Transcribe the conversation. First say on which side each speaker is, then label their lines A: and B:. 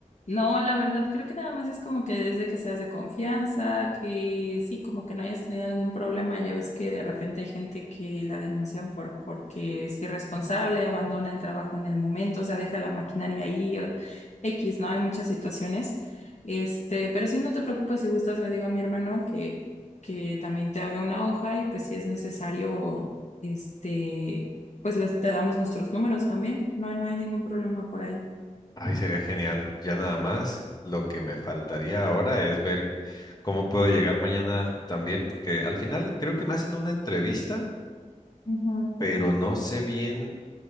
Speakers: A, on the left; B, on the left.
A: no, la verdad creo que nada más es como que desde que seas de confianza, que sí, como que no hayas tenido algún problema, ya ves que de repente hay gente que la denuncian por porque es irresponsable, abandona el trabajo en el momento, o sea, deja la maquinaria ahí o X, ¿no? Hay muchas situaciones. Este, pero sí, no te preocupes, si gustas, le digo a mi hermano que que también te haga una hoja y pues si es necesario, este, pues les te damos nuestros números también. No, no hay ningún problema por ahí.
B: Ay, sería genial. Ya nada más, lo que me faltaría ahora es ver cómo puedo llegar mañana también, porque al final creo que me hacen una entrevista
A: Ujú.
B: pero no sé bien